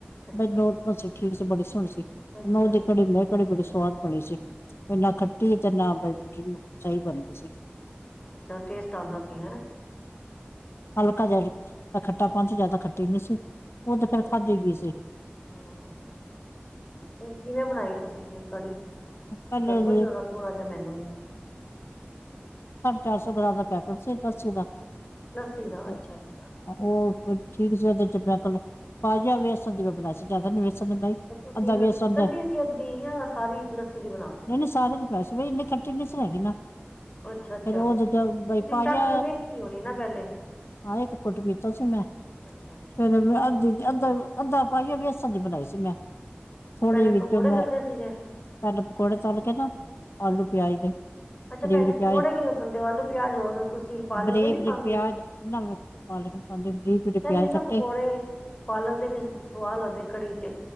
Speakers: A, on the left (about 30°); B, on the left (about 90°).
A: ਅੱਛਾ
B: ਬਸ ਨਾਰਮਲ ਸੀ, ਠੀਕ ਸੀ ਬੜੀ ਸੋਹਣੀ ਸੀ।
A: ਅੱਛਾ
B: ਮੈਂ ਓਸ ਦਿਨ ਕੜੀ ਬਣਾਈ, ਕੜੀ ਬੜੀ ਸਵਾਦ ਬਣੀ ਸੀ, ਨਾ ਖੱਟੀ ਤੇ ਨਾ ਸਹੀ ਬਣ ਗਈ ਸੀ।
A: ਅੱਛਾ, ਟੇਸਟ ਆਉਂਦਾ ਸੀ ਹੈਂ।
B: ਹਲਕਾ ਜਿਹਾ ਖੱਟਾਪਨ ਸੀ, ਜਿਆਦਾ ਖੱਟੀ ਨਹੀਂ ਸੀ, ਉਹ ਤੇ
A: ਅੱਛਾ
B: ਫੇਰ ਖਾਧੀ ਗਈ ਸੀ।
A: ਹਾਂ, ਫਿਰ ਕਿਵੇਂ ਬਣਾਈ ਤੁਸੀਂ ਫਿਰ ਕੜੀ?
B: <unintelligible> ਸਾਢੇ
A: ਦੱਸੋ ਜਰਾ ਥੋੜਾ ਜਿਹਾ ਮੈਨੂੰ ਵੀ
B: ਚਾਰ ਸੌ ਗ੍ਰਾਮ, ਦਾ ਪੈਕੇਟ ਸੀ ਲੱਸੀ ਦਾ
A: ਲੱਸੀ ਦਾ,
B: ਤੇ
A: ਅੱਛਾ- ਅੱਛਾ
B: ਉਹ ਠੀਕ ਸੀ, ਉਹਦੇ ਚ ਮੈਂ ਕਲ ਪਾਈਆ, ਵੇਸਣ ਦੀ ਬਣਾਈ ਸੀ ਜ਼ਿਆਦਾ ਨੀ ਵੇਸਣ ਦੀ ਬਣਾਈ
A: ਤੇ ਤੁਸੀਂ
B: ਅੱਧਾ
A: ਲੱਸੀ
B: ਵੇਸਣ
A: ਕੱਢੀ
B: ਦਾ
A: ਸੀ, ਅੱਧੀ ਯਾ ਸਾਰੀ। ਲੱਸੀ ਦੀ ਬਣਾਤੀ
B: ਨਹੀਂ- ਨਹੀ, ਸਾਰੀ ਨਹੀਂ ਬਣਾਈ ਸੀ, ਇਨੀਂ ਖੱਟੀ ਨਹੀਂ ਸੀ ਹੈਗੀ ਨਾ। ਫੇਰ,
A: ਅੱਛਾ ਅੱਛਾ
B: ਓਹਦੇ ਚੋ
A: ਤੁਸੀਂ
B: ਬਈ ਪਾਈਆ
A: ਚੱਖ ਕੇ ਵੇਖੀ ਹੋਣੀ ਨਾ ਪਹਿਲੇ
B: ਹਾਂ ਇੱਕ ਘੁੱਟ ਟ ਪੀਤਾ ਸੀ ਮੈਂ,
A: ਅੱਛਾ ਅੱਛਾ
B: ਫੇਰ ਅੱਧੀ ਅੱਧ ਦਾ ਅੱਧਾ ਪਾਈਆ, ਵੇਸਣ ਦੀ ਬਨਾਈ ਸੀ ਮੈਂ। ਥੋੜੇ
A: ਪਹਿਲੇ,
B: ਜਿਹੇ ਵਿੱਚੋਂ
A: ਪਕੌੜੇ
B: ਮੈਂ
A: ਤੱਲੇ ਸੀ ਜੇ?
B: ਪਹਿਲਾਂ ਪਕੌੜੇ, ਤਲ ਕੇ ਨਾ ਆਲੂ
A: ਅੱਛਾ
B: ਪਿਆਜ
A: ਅੱਛਾ
B: ਦੇ।
A: ਅੱਛਾ
B: ਬਰੀਕ
A: ਭੈਣ
B: -ਬਰੀਕ
A: ਜੀ ਪਕੌੜੇ
B: ਪਿਆਜ
A: ਕਿਵੇਂ ਤਲਦੇ ਹੋ ਆਲੂ ਪਿਆਜ ਹੋਰ ਤੁਸੀਂ ਪਾਲਕ
B: ਬਰੀਬ
A: ਦੇ ਨੀ
B: -ਬਰੀਕ
A: ਪਾਉਂਦੇ
B: ਪਿਆਜ
A: ਹੋ
B: ਨਮਕ ਪਾਲ ਲੇਕਿਨ, ਪਾਉਂਦੇ ਬਰੀਕ ਜੇ
A: ਕਹਿੰਦੇ
B: ਪਿਆਜ
A: ਨਾ
B: ਕੱਟੇ।
A: ਪਕੌੜੇ ਪਾਲਕ ਦੇ ਵੀ ਸੁਆਦ, ਲਗਦੇ ਕੜੀ ਚ।